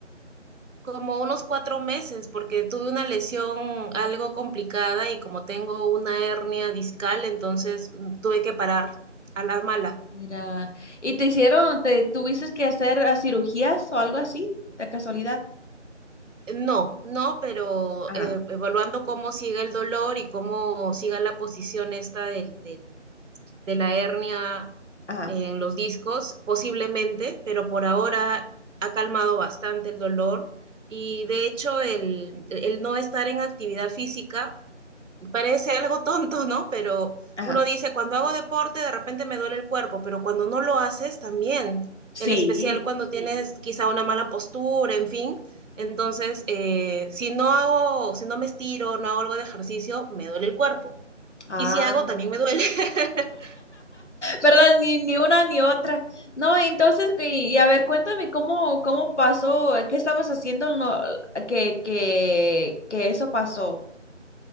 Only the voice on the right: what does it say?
Como unos cuatro meses, porque tuve una lesión algo complicada y como tengo una hernia discal, entonces mm, tuve que parar a la mala.
No, no, pero
eh, evaluando cómo sigue el dolor y cómo siga la posición esta del, del- de la hernia
en los discos, posiblemente, pero por ahora ha calmado bastante el dolor y de hecho el, el no estar en actividad física Parece algo tonto, ¿no? Pero
uno dice, cuando hago deporte de repente me duele el cuerpo, pero cuando no lo haces también,
en especial cuando Sí. tienes quizá una mala postura, en fin. Entonces, eh, si no hago, si no me estiro, no hago algo de ejercicio, me duele el cuerpo.
Y si hago, también me duele. <laughs>